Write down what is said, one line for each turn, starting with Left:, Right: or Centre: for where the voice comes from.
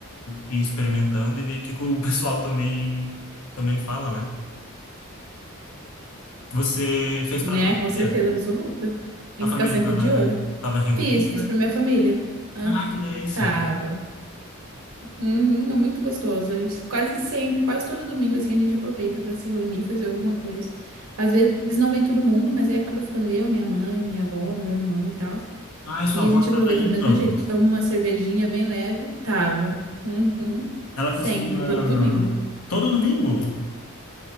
Left: ir experimentando e ver o que que o <laughs> pessoal também, também fala, né? Você fez
Right: né?
Left: pra família?
Right: Com certeza absoluta. Tem
Left: A
Right: que
Left: família
Right: ficar sempre
Left: tava,
Right: de olho.
Left: tava reunida?
Right: Fiz, fiz pra minha família. Ah,
Left: Ai, que delícia.
Right: tava. Uhum, é muito gostoso. A gente quase sempre, quase todo domingo, assim, a gente aproveita para se reunir, fazer alguma coisa. Às vezes não vem todo mundo, mas aí acaba ficando eu, minha mãe, minha avó, meu irmão e tal.
Left: Ai, sua
Right: E
Left: avó
Right: a gente aproveita
Left: tava aí,
Right: do
Left: então.
Right: mesmo jeito. Toma uma cervejinha bem leve. Tava. Uhum.
Left: Ela
Right: Sempre,
Left: costuma...
Right: todo domingo.
Left: Todo domingo?